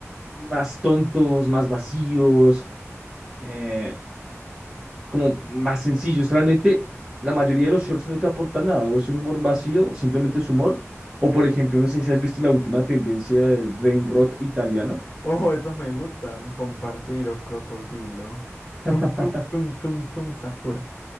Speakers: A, on the right; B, on the left.
A: más tontos, más vacíos. eh, como más sencillos. Realmente la mayoría de los shorts no te aportan nada, o es un humor vacío, simplemente es humor, o por ejemplo, no sé si has visto la última tendencia del brain rot italiano.
B: Oh, esos me gustan. Bombardiro, crocodilo.
A: <laughs>
B: Tum, tum, tum, tum, tum, Sahur.